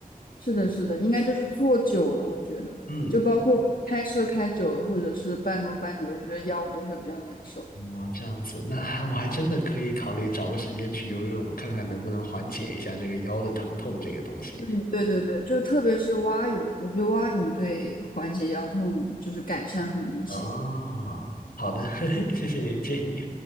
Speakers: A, on the left; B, on the left.
A: 是的，是的，应该就是坐久了，我觉得，
B: 嗯。
A: 就包括开车开久了，或者是半公半久，我觉得腰都会比较难受。
B: 哦，这样子，那还我还真的可以考虑找个时间去游游泳，看看能不能缓解一下这个腰的疼痛这个东西。
A: 嗯，对对对，就特别是蛙泳，我觉得蛙泳对缓解腰痛就是改善很明显。
B: 哦，好的，<laughs> 嘿嘿谢谢你建议，